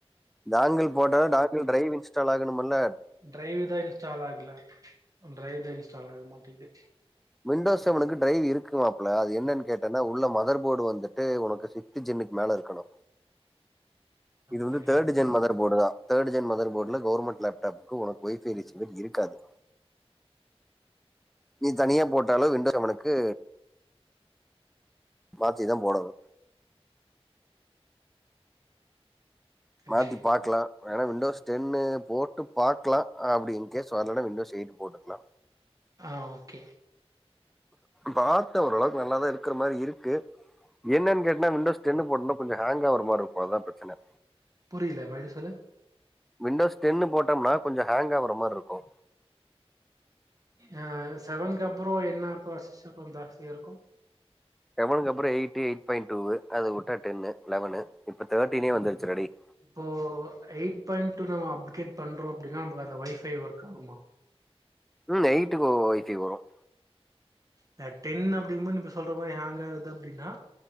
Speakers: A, in the centre; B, on the right (about 35°).
A: டாங்கல் போட்டாலூ டாங்கல் டிரைவ் இன்ஸ்டால் ஆகணும்மில்ல
B: டிரைவ் தா இன்ஸ்டால் ஆகல டிரைவ் தா இன்ஸ்டால் ஆக மாட்டேன்து
A: விண்டோஸ் செவனுக்கு ட்ரைவ் இருக்குமாப்புல அது என்னன்னு கேட்டேன்னா உள்ள மதர்போர்டு வந்துட்டு உனக்கு சீஜின்னுக்கு மேல இருக்கணோ இது
B: அப்படியா?
A: வந்து தேர்டு ஜென் மதர் போர்டு தா தேர்ட் ஜென் மதர் போர்ட்ல கவர்மெண்ட் லேப்டாப்புக்கு ஒனக்கு ஒய்ஃபை ரிசீவர் இருக்காது நீ தனியா போட்டாலூ விண்டோ நம்மளுக்கு மாத்தி தா போடணூ
B: சரி
A: மாத்தி பாக்கலா வேன்னா விண்டோஸ் டென் போட்டு பாக்கலா அப்டி இ்ன்கேஸ் வரலன்னா விண்டோஸ் எயிட் போட்டுக்கலா
B: ஆ ஓகே
A: பாத்தே ஓரளவுக்கு நல்லாதா இருக்கிற மாதிரி இருக்கு என்னென்னு கேட்ன்னா விண்டோஸ் டென் போட்னா கொஞ்சொ ஹேங்காவுற மாரி இருக்கு அதா பிரச்சன
B: புரியல மறுபடி சொல்லு
A: விண்டோஸ் டென் போட்டோம்னா கொஞ்சொ ஹேங் ஆகுற மாரி இருக்கோ
B: அ செவன்கப்ரோ என்ன ப்ராசஸ் கொஞ்சொ ஜாஸ்தியா இருக்கோ
A: செவனுக்கு அப்புறோ எயிட் எயிட் பாயிண்ட் டூவு அது விட்ட டென்னு லெவனூ இப்ப தேர்ட்டினே வந்துருச்சுருடா டேய்
B: இப்போ எயிட் பாயிண்ட் டூ நம்ம அப்கேட் பண்றோ அப்டின்னா நமக்கு அந்த வைஃபை ஒர்க் ஆகுமா
A: ம் எய்ட்டுக்கு வைஃபை வரும்
B: நா டென் அப்டிங்கும் போது இப்ப சொல்ற மாறி ஹேங் ஆகுது அப்டின்னா